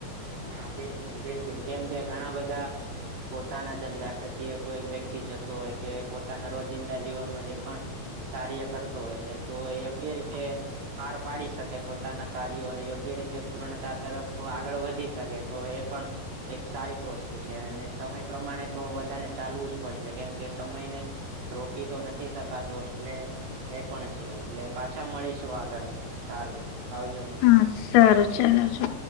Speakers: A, on the right; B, on the left.
A: હા બિલકુલ-બિલકુલ કેમ કે ઘણા બધા પોતાના ધંધાથી કોઈ વ્યક્તિ જતો હોય કે પોતાના રોજ જિંદા જીવનમાં જે પણ કાર્ય કરતો હોય છે તો યોગ્ય રીતે પાર પાડી શકે પોતાના કાર્યોને યોગ્ય રીતે પૂર્ણતા તરફ આગળ વધી શકે તો એ પણ એક સારી વસ્તુ છે અને સમય પ્રમાણે તો બધાને ચાલવું જ પડશે કેમ કે સમયને રોકી તો નથી શકાતો એટલે એ પણ છે એટલે પાછા મળીશું આગળ સારું આવજો.
B: હા સારું ચાલજો.